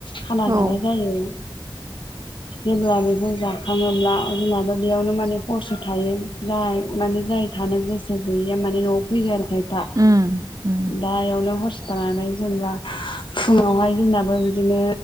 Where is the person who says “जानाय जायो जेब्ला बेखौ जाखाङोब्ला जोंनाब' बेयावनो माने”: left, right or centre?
Left